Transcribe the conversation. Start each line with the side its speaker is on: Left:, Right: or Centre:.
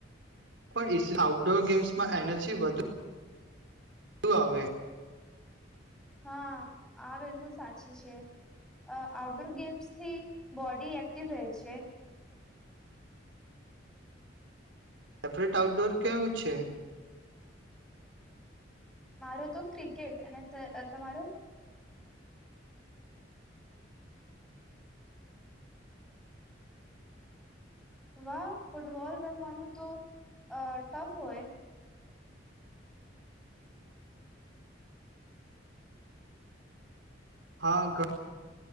Right: પણ આઉટડોર ગેમ્સમાં એનર્જી વધુ વધુ આવે.
Centre: હા, આ બિલકુલ સાચી છે, આઉટડોર ગેમ્સથી બોડી એક્ટિવ રહે છે.
Right: સેપરેટ આઉટડોર કેવું છે?
Centre: મારો તો ક્રિકેટ અને તમારો? વાહ ફૂટબોલ રમવાનું તો ટફ હોય.
Right: હા, ઘ